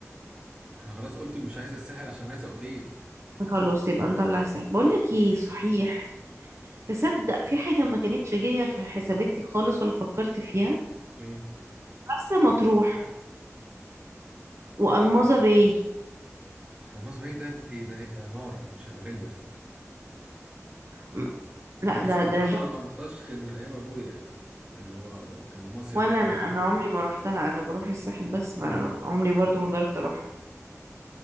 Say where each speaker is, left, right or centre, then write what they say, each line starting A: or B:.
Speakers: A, on the right; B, on the right.
A: انا خلاص قلت مش عايزه الساحل عشان عايزه اوتيل
B: خلاص يبقى نطلع الساحل بقول لك ايه صحيح تصدق في حاجه ما كانتش جايه في حساباتي خالص ولا فكرت فيها
A: ايه
B: مرسى مطروح والمظة باي
A: حماس بعيد ده انت ده هيبقى نار مش هيبقى غالي بس
B: م- لا
A: مرسى
B: ده
A: مطروح
B: ده جا-
A: انا ما رحتهاش غير من ايام ابويا يعني اللي هو كان المصيف
B: ولا
A: بتاعنا
B: انا انا عمري ما روحتها انا بروح الساحل بس ما أنا عمري برضو ما جربت اروحها